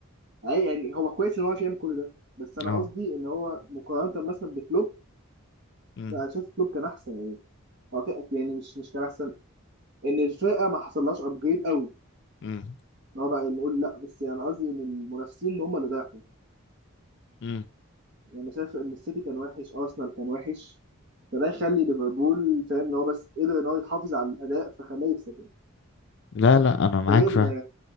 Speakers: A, on the right; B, on the left.
A: أي- يعني هو كويس ان هو عارف يعمل كل ده بس انا
B: اه
A: قصدي ان هو مقارنه مثلا بكلوب
B: امم
A: لا انا شايف كلوب كان احسن يعني هو كان- يعني مش مش كان احسن ان الفرقه ما حصلهاش ابجريد قوي
B: امم
A: اللي هو بقى نقول لا بس يعني قصدي ان المنافسين هم اللي ضعفوا
B: امم
A: يعني انا شايف ان السيتي كان وحش ارسنال كان وحش فده يخلي ليفربول فاهم ان هو بس قدر ان هو يحافظ على الاداء فخلاه يكسب يعني.
B: لا لا انا معاك
A: ده غير
B: فعلا
A: ان